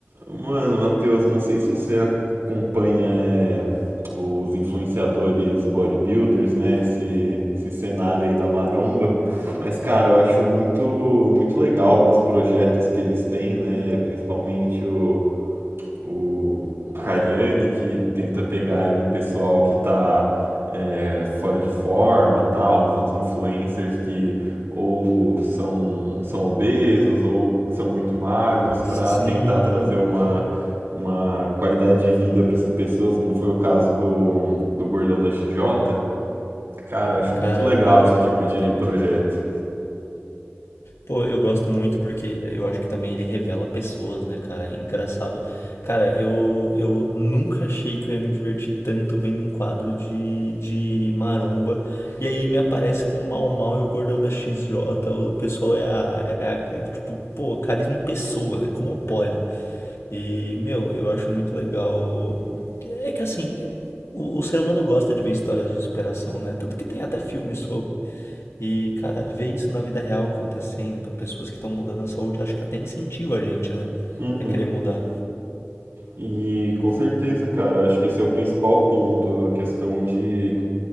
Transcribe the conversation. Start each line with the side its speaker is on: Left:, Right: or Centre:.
Right: Mano, Matheus, não sei se você acompanha é, os influenciadores bodybuilders, né? Esse, esse cenário aí da maromba. Mas, cara, eu acho muito, muito legal alguns projetos que eles têm, né? Principalmente o, o, o Cariani que tenta pegar aí um pessoal que tá é, fora de forma, tal, alguns outros influencers que ou são, são obesos ou são muito magros para
Left: Sim,
Right: tentar trazer uma, uma qualidade de vida para essas pessoas, como foi o caso do, do Gordão da XJ. Cara, eu acho
Left: cara,
Right: muito legal
Left: eu gosto
Right: esse tipo
Left: muito
Right: de
Left: também.
Right: projeto.
Left: Pô, eu gosto muito porque eu acho que também ele revela pessoas, né, cara? É engraçado. Cara, eu, eu nunca achei que eu ia me divertir tanto vendo um quadro de, de maromba. E aí me aparece com o Mau Mau e o Gordão da XJ. O pessoal é a, é a- Tipo, pô, carisma em pessoa, né? Como pode? E, meu, eu acho muito legal. É que assim, o, o ser humano gosta de ver histórias de superação, né? Tanto que tem até filme sobre. E, cara, ver isso na vida real acontecendo para pessoas que estão mudando a saúde, acho que até incentiva a gente, né,
Right: Uhum.
Left: a querer mudar.
Right: E com certeza, cara, eu acho que esse é o principal ponto, a questão de